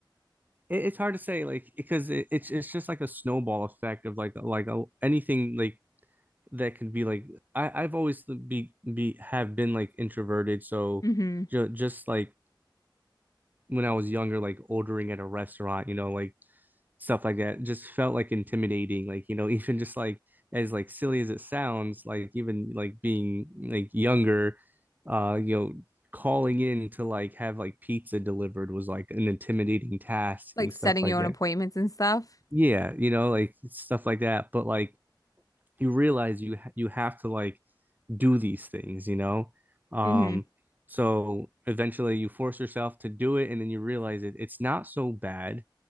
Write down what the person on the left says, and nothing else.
hmm
Like
setting
your own
appointments and stuff.
hmm